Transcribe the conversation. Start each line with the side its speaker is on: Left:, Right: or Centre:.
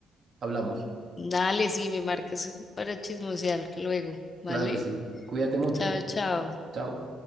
Right: hablamos.
Left: Dale, sí, me marcas para chismosear luego, ¿vale?
Right: Claro que sí. Cuídate mucho.
Left: Chao, chao.
Right: Chao.